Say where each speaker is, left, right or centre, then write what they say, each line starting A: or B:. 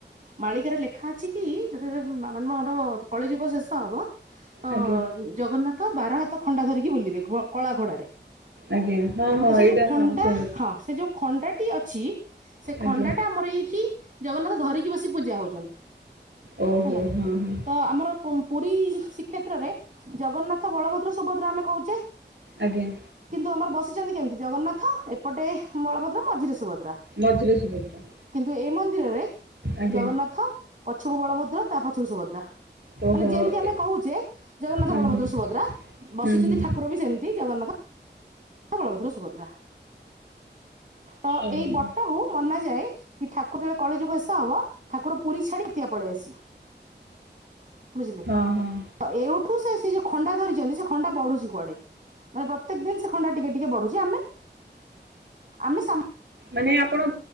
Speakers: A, on the right; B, on the right.
A: ମାଳିକାରେ ଲେଖା ଅଛି କି ଯେତେବେଳେର କଳିଯୁଗ ଶେଷ ହବ। ତ
B: ଆଜ୍ଞା
A: ଜଗନ୍ନାଥ ବାର ହାତ ଖଣ୍ଡା ଧରିକି ବୁଲିବେ କଳା ଘୋଡାରେ।
B: ଆଜ୍ଞା ହଁ ହଁ
A: ତ ସେ
B: ଏଇଟା
A: ଯୋଉ ଖଣ୍ଡା
B: ହଁ ଶୁଣିଛି
A: ହଁ ସେ ଯୋଉ ଖଣ୍ଡା ଟି ଅଛି ସେ
B: ଆଜ୍ଞା
A: ଖଣ୍ଡା ଟା ଆମର ଏଇଠି ଜଗନ୍ନାଥ ଧରିକି ବସି ପୂଜା ହଉଛନ୍ତି
B: ଓହୋ
A: ହେଲା
B: ହଁ ହଁ
A: ତ ଆମର ପୁରୀ ଶ୍ରୀକ୍ଷେତ୍ର ରେ ଜଗନ୍ନାଥ ବଳଭଦ୍ର ସୁଭଦ୍ରା ଆମେ କହୁଛେ।
B: ଆଜ୍ଞା।
A: କିନ୍ତୁ ଆମର ବସିଛନ୍ତି କେମିତି ଜଗନ୍ନାଥ ଏପଟେ ବଳଭଦ୍ର ମଝିରେ ସୁଭଦ୍ରା।
B: ମଝିରେ ସୁଭଦ୍ରା।
A: କିନ୍ତୁ ଏ ମନ୍ଦିର ରେ
B: ଆଜ୍ଞା
A: ଜଗନ୍ନାଥ ପଛକୁ ବଳଭଦ୍ର ତା ପଛକୁ ସୁଭଦ୍ରା
B: ଓହୋ
A: ମାନେ ଯେମିତି ଆମେ
B: ଏ
A: କହୁ ଛେ ଜଗନ୍ନାଥ
B: ହୁଁ
A: ବଳଭଦ୍ର
B: ହୁଁ
A: ସୁଭଦ୍ରା ବସିଛନ୍ତି
B: ହୁଁ ହୁଁ
A: ଠାକୁର ବି ସେମିତି ଜଗନ୍ନାଥ ବଳଭଦ୍ର ସୁଭଦ୍ରା ତ
B: ଓହୋ
A: ଏଇ ବଟ ବଟ କୁ ମନାଯାଏ କି ଠାକୁର ଯେତେବେଳେ କଳିଯୁଗ ଶେଷ ହବ ଠାକୁର ପୁରୀ ଛାଡିିଆ ପଳେଇ ଆସି ବୁଝିଲି।
B: ହଁ ହଁ।
A: ତ ଏଇଠୁ ସେ ଯୋଉ ଖଣ୍ଡା ଧରିଛନ୍ତି ସେ ଖଣ୍ଡା ବଢୁଛି କୁଆଡେ। ମାନେ ପ୍ରତ୍ୟେକ ଦିନ ସେ ଖଣ୍ଡା ଟିକେ ଟିକେ ବଢୁଛି ଆମେ ଆମେ
B: ମାନେ ଆପଣ